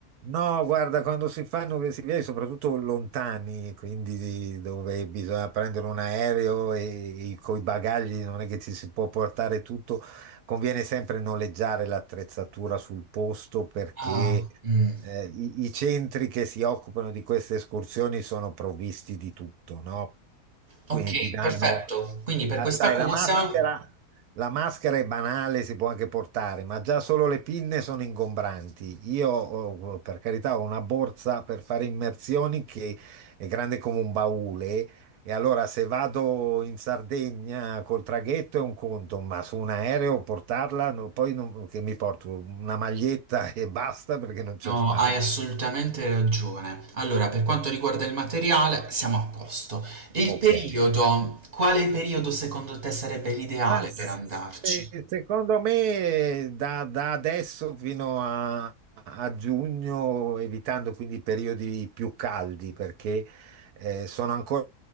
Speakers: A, on the right; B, on the right.
A: No, guarda, quando si fanno questi viaggi, soprattutto lontani, quindi dove bisogna prendere un aereo e, e con i bagagli non è che ci si può portare tutto, conviene sempre noleggiare l'attrezzatura sul posto perché
B: Ah, mm,
A: eh, i, i centri che si occupano di queste escursioni sono provvisti di tutto, no?
B: ok,
A: Quindi ti danno,
B: perfetto. Quindi per
A: ah,
B: questa
A: sai,
B: cosa.
A: la maschera. La maschera è banale, si può anche portare, ma già solo le pinne sono ingombranti. Io, oh, oh, per carità, ho una borsa per fare immersioni che è grande come un baule. E allora, se vado in Sardegna col traghetto è un conto, ma su un aereo portarla, no, poi non- che mi porto una maglietta e basta perché non c'è
B: No,
A: spazio.
B: hai assolutamente ragione. Allora, per quanto riguarda il materiale, siamo a posto. E il
A: Ok.
B: periodo? Quale periodo secondo te sarebbe l'ideale
A: Ma se-
B: per andarci?
A: secondo me da, da adesso fino a, a giugno, evitando quindi i periodi più caldi, perché eh, sono ancora,